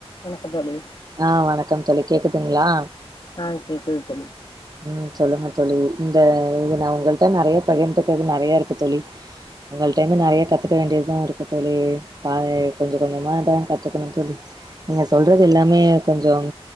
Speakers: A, on the left; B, on the right.
A: வணக்கம் தோழி
B: ஆ வணக்கம் தோழி கேக்குதுங்களா
A: ஆ கேக்குது தோழி
B: உம் சொல்லுங்க தோழி இந்த இது நான் உங்களிட்ட நிறைய பகிர்ந்துக்கு இது நிறைய இருக்கு தோழி உங்கள்க்டேருந்து நிறைய கத்துக்கவேண்டியது தான் இருக்கும் தோழி பா கொஞ்சம் கொஞ்சமா தான் கத்துக்கணும் தோழி நீங்க சொல்றது எல்லாமே கொஞ்சம்